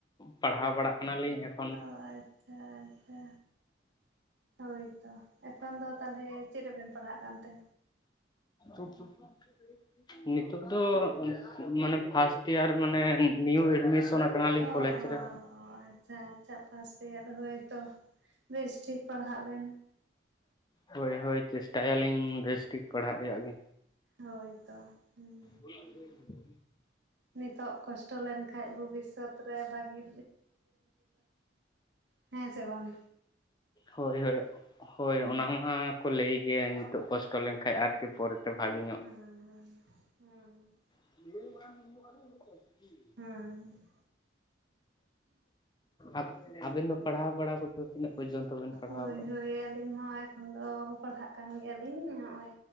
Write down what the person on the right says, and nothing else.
ᱚ ᱟᱪᱪᱷᱟ ᱟᱪᱪᱷᱟ᱾ ᱦᱳᱭᱛᱚ ᱮᱠᱷᱚᱱ ᱫᱚ ᱛᱟᱦᱚᱞᱮ ᱪᱮᱫ ᱨᱮᱵᱮᱱ ᱯᱟᱲᱦᱟᱜ ᱠᱟᱱᱛᱮ
ᱚ
ᱚ
ᱟᱪᱪᱷᱟ ᱟᱪᱪᱷᱟ ᱯᱷᱟᱥ ᱤᱭᱟᱨ ᱨᱮ ᱦᱳᱭ ᱛᱚ, ᱵᱮᱥᱴᱷᱤᱠ ᱯᱟᱲᱦᱟᱜ ᱵᱮᱱ ᱾
ᱦᱳᱭᱛᱚ ᱦᱩᱸ
ᱱᱤᱛᱳᱜ ᱠᱚᱥᱴᱚ ᱞᱮᱱᱠᱷᱟᱡ ᱵᱷᱚᱵᱤᱥᱥᱚᱛ ᱨᱮ ᱵᱷᱟᱹᱜᱤᱼ ᱦᱮᱸ ᱥᱮ ᱵᱟᱝ?
ᱦᱩᱸ
ᱦᱩᱸ ᱦᱩᱸ ᱦᱩᱸᱻ
ᱦᱩᱸ᱾
ᱦᱳᱭ
ᱦᱳᱭ ᱟᱹᱞᱤᱧ ᱦᱚᱸ ᱮᱠᱷᱟᱱ ᱫᱚ ᱯᱟᱲᱦᱟᱜ ᱠᱟᱱ ᱜᱮᱭᱟᱞᱤᱧ ᱱᱚᱸᱜᱼᱚᱭ